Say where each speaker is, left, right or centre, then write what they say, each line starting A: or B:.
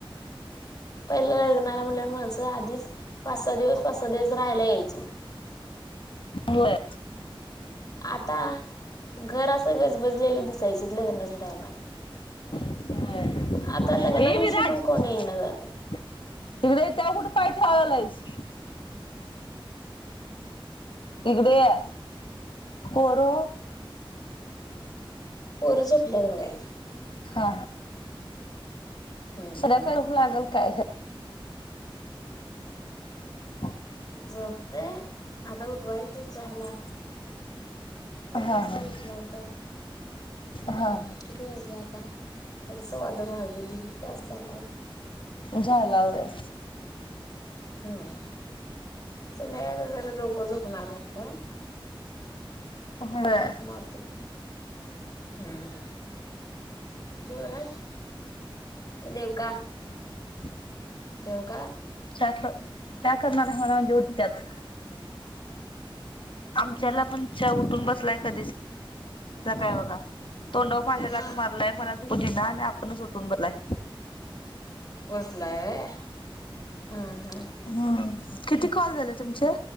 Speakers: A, on the left; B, on the left.
A: पहिल्या लग्नाला म्हणल्यावर माणसं आधीच पाच सहा दिवस पाच सहा दिवस राहायला यायची.
B: होय.
A: आता घर अस गजबज बजलेली दिसायचीत लग्नाच्या टाइमात.
B: व्हय,
A: आता लग्ना
B: ये
A: दिवशी
B: विराज
A: पण कोण
B: हिकडं
A: येईना झालं.
B: ये त्याला कुठ काय ठेवायलायस इकडे ये, पोर ओ.
A: पोरं झोपल्यात बघा ही.
B: हा
A: हम्म
B: सध्या
A: हम्म.
B: करपू लागेल काय? <inaudible>
A: झोपते, आता उठवायचं चहाला. एक
B: हा
A: वाजता
B: हा
A: झोपला होता. हम्म.
B: हा
A: किती वाजले आता? सव्वा दोन वाजले, दिड तास झालाय की.
B: झाला व्हय.
A: हम्म हम्म, संध्याकाळी लवकर झोपणार नाही का?
B: होय
A: अता हाक मारतो. हम देवराज ये देव का
B: <inaudible>
A: देव का
B: चहा, चहा करणाऱ्या म्हणल का उठत्यात. आमच्याला पण चहा उठून बसलाय कधीच् काय बघा तोंडाव माझ्या लाथ
A: हा
B: मारलाय मला झोपू देईना आणि आपण उठून बसलाय.
A: वसलाय व्हय, हा - हा
B: हम्म किती कॉल झाले तुमचे